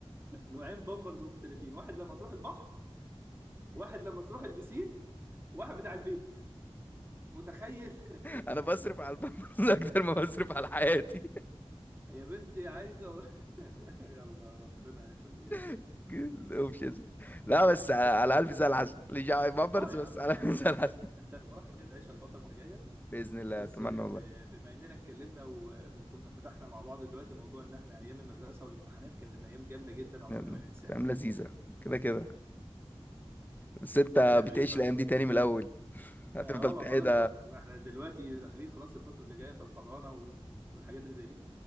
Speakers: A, on the right; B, on the left.
A: <laughs> نوعين بامبرز مختلفين واحد لما تروح البحر واحد لما تروح البسين واحد بتاع البيت متخيل <laughs>
B: <laughs> انا بصرف على البنبلز اكتر ما بصرف على حياتي
A: يا بنتي عايزه <laughs> يلا ربنا يخليها يا رب
B: <laughs> الاوبشنز لا بس على على الف زي العسل مش على بامبرز
A: اه يا
B: بس
A: عم
B: على الف زي العسل
A: انت الفرح اللي تعيشها الفتره اللي جايه
B: باذن الله
A: بس
B: اتمنى
A: ب-
B: والله
A: بما اننا اتكلمنا وكنا فتحنا مع بعض دلوقتي موضوع ان احنا ايام المدرسه والامتحانات كانت ايام جامده جدا عمرنا
B: يعني
A: ما ننساها
B: كلام لذيذه كده كده بس انت
A: هنعمل
B: بتعيش
A: ايه طيب
B: الايام دي تاني من الاول هتفضل
A: اه
B: تعيد
A: ما خلاص بقى احنا دلوقتي داخلين خلاص الفتره اللي جايه في الحضانه و- والحاجات اللي زي دي